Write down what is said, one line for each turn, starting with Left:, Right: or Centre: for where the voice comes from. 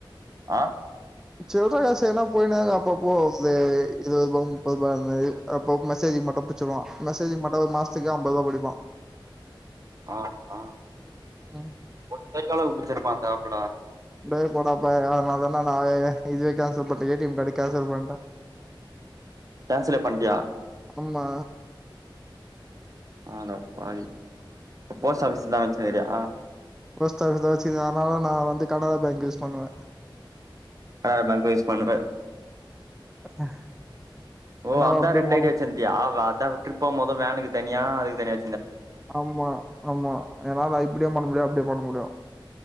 Right: ஆ
Centre: சில்ற காசு எதுனா போயினேருக்கு அப்பப்போ சே இருவதுரூபா முப்பதுரூபா அது மாரி அப்பப்போ மெசேஜ் மட்டு வெச்சுருவா மெசேஜ் மட் ஒரு மாஸ்துக்கு அம்பரூவா புடிப்பா
Right: ஆ ஆ
Centre: ம்
Right: உனக்கு இது வரைக்கு எவ்ளோக்கு புடிச்சிருப்பா அந்த ஆப்புல
Centre: டே போடா பயனாலதான ஆ இதுவே கேன்சல் பண்ட்டு ஏ டிஎ ம் கார்டு கேன்சல் பண்ட்டா
Right: கேன்சலே பண்ட்டியா
Centre: ஆமா
Right: அட பாவி போஸ்ட் ஆபீஸ்லதா வச்சுக்கிறியா
Centre: போஸ்ட் ஆபீஸ்லதா வச்சிருந்த ஆனாலு நா வந்து கனராபேங்க் யூஸ் பண்ணுவ
Right: கனரா பேங்க் யூஸ் பண்ணுவ
Centre: ஆமா
Right: ஓ
Centre: என்னால
Right: அதா
Centre: அப்டியே
Right: ரெண்டு
Centre: பண்ண
Right: ஐடி வச்சிருந்தியா அதா ட்ரிப்போ மொது வேனுக்கு தனியா அதுக்தனியா
Centre: ஆமா ஆமா ஏனா நா இப்டியு பண்ண முடியு அப்டியு பண்ண முடியு